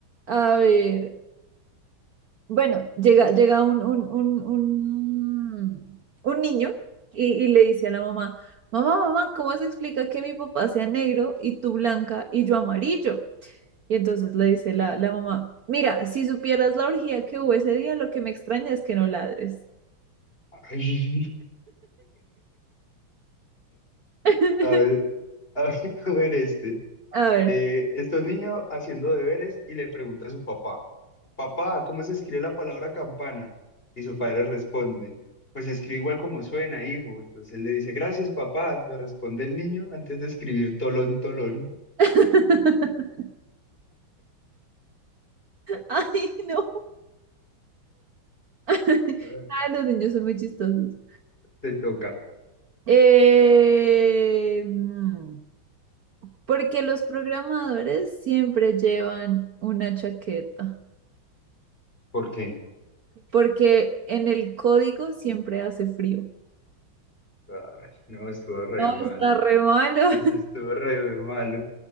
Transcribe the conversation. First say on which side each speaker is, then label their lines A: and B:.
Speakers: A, on the right (about 50°); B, on the left (about 25°).
A: a ver, bueno, llega, llega un, un, un, un, un niño y, y le dice a la mamá, mamá, mamá, ¿cómo se explica que mi papá sea negro y tú blanca y yo amarillo? Y entonces le dice la, la mamá, mira, si supieras la orgía que hubo ese día, lo que me extraña es que no ladres.
B: Ay,
A: <laughs>
B: a ver, A ver, <laughs> a ver este.
A: A ver.
B: Eh, está un niño haciendo deberes y le pregunta a su papá, papá, ¿cómo se escribe la palabra campana? Y su padre responde, pues se escribe igual como suena, hijo. Entonces él le dice, gracias, papá, le responde el niño antes de escribir tolón, tolón.
A: <laughs> Ay, no. <laughs>
B: Ah,
A: Ay, los niños son muy chistosos.
B: te toca.
A: Eh, mm, porque los programadores siempre llevan una chaqueta,
B: ¿Por qué?
A: porque en el código siempre hace frío.
B: Ay, no, estuvo re
A: No,
B: malo.
A: está re malo.
B: Eso estuvo re malo.